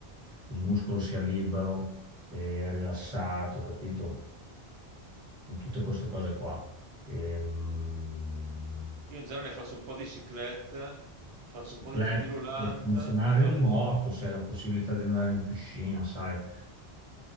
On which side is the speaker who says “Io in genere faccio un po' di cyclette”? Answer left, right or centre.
Right